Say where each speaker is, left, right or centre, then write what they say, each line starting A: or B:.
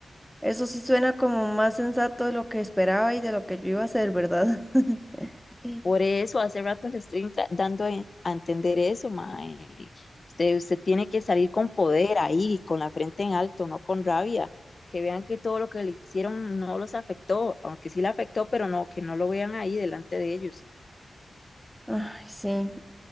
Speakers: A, in the centre; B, on the left.
A: eso sí suena como más sensato de lo que esperaba y de lo que yo iba a hacer, ¿verdad? <laughs>
B: Por eso hace rato le estoy tra- dando en- a entender eso, mae. Usted, usted tiene que salir con poder ahí, con la frente en alto, no con rabia. Que vean que todo lo que le hicieron no los afectó, aunque sí le afectó, pero no, que no lo vean ahí delante de ellos.
A: Ay, sí.